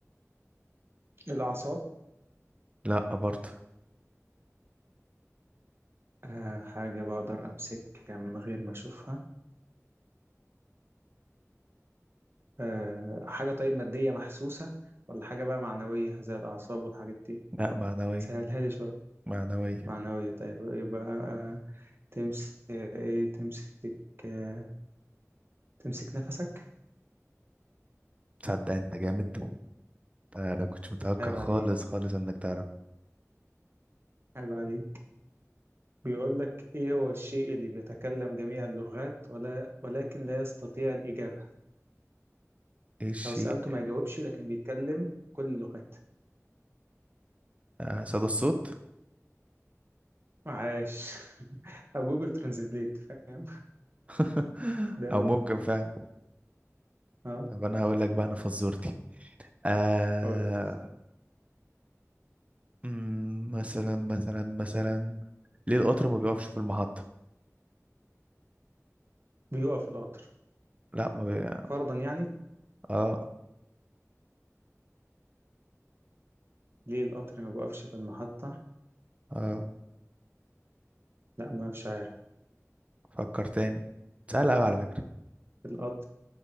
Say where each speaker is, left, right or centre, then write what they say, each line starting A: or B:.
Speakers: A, on the right; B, on the right.
A: الأعصاب
B: لا برضو
A: آه، حاجة بقدر أمسكها من غير ما أشوفها آه، حاجة طيب مادية محسوسة ولا حاجة بقى معنوية زي الأعصاب والحاجات دي
B: لا معنوية
A: سهلها لي شوية
B: معنوية
A: معنوية طيب يبقى آه، تمسك إيه تمسك آه، تمسك نفسك
B: تصدق انت جامد انا كنت متوقع
A: عيب
B: خالص
A: عليك
B: خالص انك تعرف
A: عيب عليك بيقول لك إيه هو الشيء اللي بيتكلم جميع اللغات ولا ولكن لا يستطيع الإجابة
B: ايه الشيء
A: لو سألته ما يجاوبش لكن بيتكلم كل اللغات
B: آه، صدى الصوت
A: عاش <laughs> أو جوجل ترانزليت فاهم
B: <laughs>
A: ده
B: او
A: أو
B: ممكن
A: ده
B: فعلا
A: أه
B: طب انا هقول لك بقى انا فزورتي آه
A: قول
B: أمم، مثلا مثلا مثلا ليه القطر ما بيقفش في المحطة
A: بيقف القطر
B: لا ما بي...
A: فرضا يعني
B: اه
A: ليه القطر ما بيقفش في المحطة
B: اه
A: لا ما مش عارف
B: فكر تاني سهلة قوي على فكرة
A: القطر